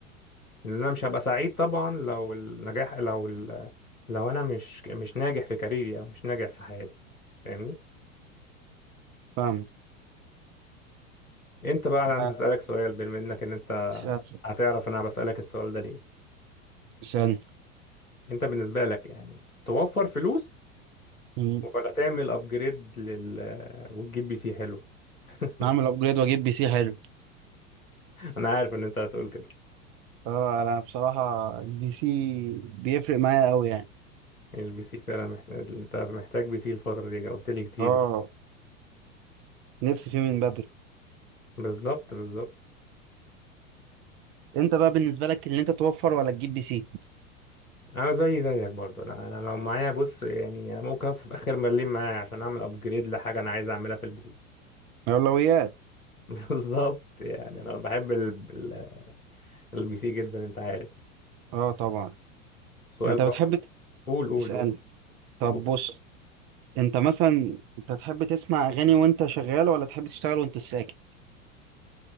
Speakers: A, on the left; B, on the right.
A: لأن أنا مش هبقى سعيد طبعا لو النجاح لو ال... لو أنا مش مش ناجح في كاريري أو مش ناجح في حياتي فاهمني
B: فاهم
A: انت بقى انا عندي
B: آه،
A: اسالك سؤال بما انك ان انت
B: اسأل-
A: هتعرف انا بسالك السؤال ده ليه
B: اسألني
A: انت بالنسبه لك يعني توفر فلوس
B: مم.
A: ولا تعمل ابجريد لل وتجيب بي سي حلو <laughs>
B: أعمل أبجريد وأجيب بي سي حلو
A: انا عارف ان انت هتقول كده
B: أه أنا بصراحة البي سي بيفرق معايا أوي يعني
A: البي سي فعلا محتاج انت محتاج بي سي الفتره دي قلت لي كتير
B: أه نفسي فيه من بدري
A: بالظبط بالظبط
B: أنت بقى بالنسبة لك اللي أنت توفر ولا تجيب بي سي؟
A: انا زي زيك برضو انا انا لو معايا بص يعني انا ممكن اصرف اخر مليم معايا عشان اعمل ابجريد لحاجه انا عايز اعملها في البي سي
B: الأولويات
A: <laughs> بالظبط يعني انا بحب ال- ال- البي سي جدا انت عارف
B: اه طبعا
A: سؤال
B: انت
A: برضو
B: بتحب
A: قول قول
B: تسألني
A: قول
B: طب
A: طب
B: بص انت مثلا انت تحب تسمع اغاني وانت شغال ولا تحب تشتغل وانت ساكت